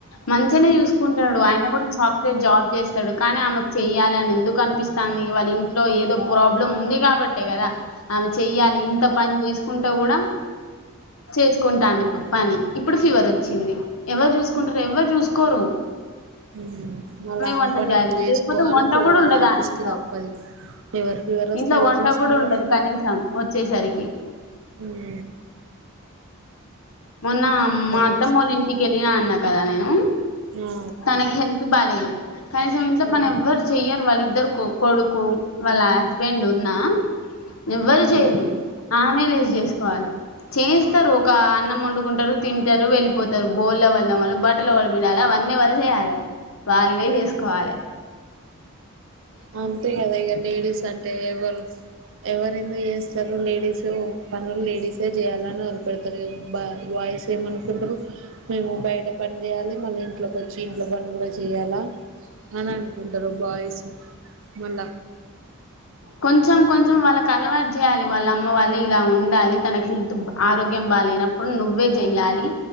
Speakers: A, on the left; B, on the right.
A: మంచిగనే చూసుకుంటడు ఆయన కూడ సాఫ్ట్ వేర్ జాబ్ చేస్తడు కానీ ఆమెక్ చెయ్యాలని ఎందుకనిపిస్తాంది వాళ్ళ ఇంట్లో ఏదో ప్రాబ్ బ్లమ్ ఉంది కాబట్టే కదా అమె చెయ్యాలి ఇంత పని చేసుకుంటా కూడ చేసుకుంటాంది ఇప్పుడు పని ఇప్పుడు ఫీవర్ వచ్చింది ఎవరు చూసుకుంటారు ఎవ్వరు చూసుకోరు
B: ఊ మల్ల ఆమె
A: వంట
B: పని
A: చేయాలి
B: చేసుకోవాలి
A: లేకపోతే వంట
B: పోవాల
A: కూడా ఉండదు
B: ఆఫీస్
A: ఆ ఇంట్లో
B: కి తప్పదు ఎవర ఫీవర్ వస్తే
A: ఇంట్లో
B: ఎవర్
A: వంట
B: చూసుకుంటరు
A: కూడా ఉండదు కనీసం వచ్చేసరికి
B: ఊ
A: మొన్నా మా అత్తమ్మ
B: చేసి
A: ఒళ్ళ ఇంటికి ఎళ్ళినా అన్న కదా నేనూ
B: ఆ
A: తనకి హెల్త్ బాలేదు కనీసం ఇంట్లో
B: ఉమ్
A: పని ఎవ్వరు చెయ్యరు వాళ్ళిద్దరు కొడుకు వల్ల హస్బెండ్ ఉన్నా ఎవ్వరు చెయ్యరు
B: ఉమ్
A: ఆమె లేసి చేసుకోవాలి చేస్తరు ఒకా అన్నం వండుకుంటరు తింటరు వెళ్ళిపోతరు బొల్లు ఎవల్ తోమాల బట్ బట్టల్ ఎవలు పిండాలే అవన్నీ ఎవలు చేయాలె వాల్లే చేసుకోవాలే
B: అంతే కదా ఇగ లేడీస్ అంటె ఎవ్వరు ఎవరు ఎందుకు చేస్తరు లేడీస్ సో పనుల్ లేడీసే చేయాలని వదిలిపెడతారు బా బాయ్స్ ఏమనుకుంటరు మేము బయట పని చేయాలి మళ్లి ఇంట్లోకొచ్చి ఇంట్లో పని కూడ చేయాల అన్ అనుకుంటరు బాయ్స్ మల్ల
A: కొంచెం కొంచెం వాళ్ళక్ అలవాటు చేయాలి వాళ్ళ అమ్మ వల్లే ఇలా ఉండాలి తనకు హెల్త్ ఆరోగ్యం బాలే నప్పుడు నువ్వే చెయ్యాలి